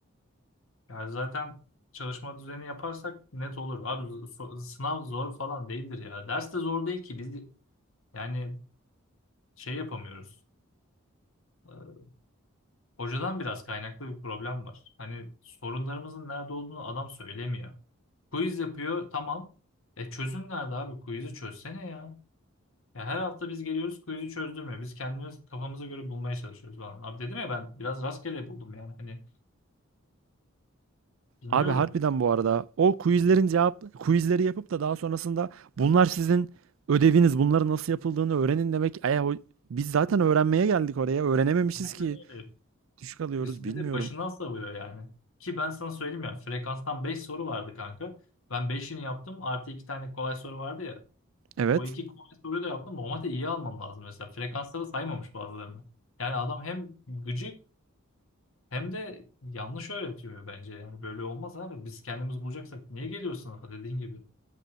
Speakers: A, on the left; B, on the right.
A: Yani zaten çalışma düzeni yaparsak net olur. Abi so- sınav zor falan değildir ya. Ders de zor değil ki. Biz yani şey yapamıyoruz. Ee, Hocadan biraz kaynaklı bir problem var. Hani sorunlarımızın nerede olduğunu adam söylemiyor. Quiz yapıyor tamam. E çözüm nerede abi? Quiz'i çözsene ya. Ya her hafta biz geliyoruz quiz'i çözdürmüyor. Biz kendimiz kafamıza göre bulmaya çalışıyoruz falan. Abi dedim ya ben biraz rastgele buldum yani. Hani bilmiyorum.
B: Abi harbiden bu arada o quizlerin cevap quizleri yapıp da daha sonrasında bunlar sizin ödeviniz bunları nasıl yapıldığını öğrenin demek. Ay, ho- biz zaten öğrenmeye geldik oraya öğrenememişiz
A: Aynen
B: ki
A: öyle.
B: düşük alıyoruz
A: Üst-
B: bilmiyorum.
A: Bir de başından savuyor yani. Ki ben sana söyleyeyim ya frekanstan 5 soru vardı kanka. Ben beşini yaptım artı 2 tane kolay soru vardı ya.
B: Evet.
A: O iki kolay soruyu da yaptım. Normalde iyi almam lazım mesela. Frekansları saymamış bazılarını. Yani adam hem gıcık hem de yanlış öğretiyor bence. Yani böyle olmaz abi. Biz kendimiz bulacaksak niye geliyor sınıfa dediğin gibi.